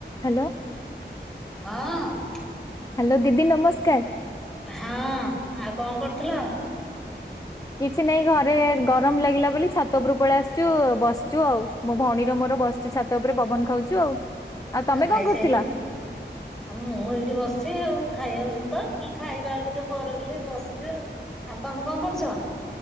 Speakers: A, on the left; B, in the centre.
A: Hello
B: ହଁ।
A: Hello ଦିଦି ନମସ୍କାର।।
B: ହଁ ଆଉ କଣ କରୁଥିଲ?
A: ହ <unintelligible> କିଛି ନାଇଁ ଘରେ ଗରମ ଲାଗିଲା ବୋଲି ଛାତ ଉପରୁ ପଳେଇ ଆସଛୁ ବସଛୁ ଆଉ ମୋ ଭଉଣୀରେ ମୋର ବସ ଆ ଛାତ ଉପରେ ପବନ ଖାଉଛୁ ଆଉ। ତମେ
B: ଆଉ ଖାଇସାରିଲୁଣି
A: କଣ କରୁଥିଲ?
B: ମୁଁ ଏଇଠି ବସିଛି ଆଉ ଖାଇବାକୁ ତ ବଲେ ଖାଇବା ଆଉ ଟିକେ ପରେ ବୋଲି ବସିଯିବା ଆଉ। ଆଉ ତମେ କଣ କରୁଛ?